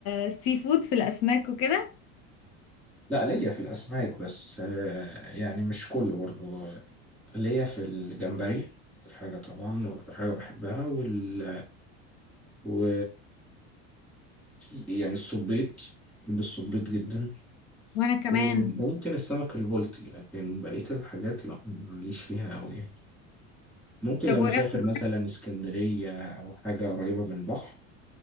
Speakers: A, on the left; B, in the centre.
A: السي فود في الاسماك وكده
B: لا ليا في الأسماك بس آه، يعني مش كله برضو آه، ليا في الجمبري أكتر حاجة طبعا وأكتر حاجة بحبها وال... و يعني الصبيط بحب الصبيط جدا
A: وانا كمان
B: وممكن السمك البلطي لكن بقية الحاجات لا ماليش فيها أوي يعني. ممكن
A: طب
B: لو مسافر
A: وايه أكتر؟
B: مثلا اسكندرية أو حاجة قريبة من البحر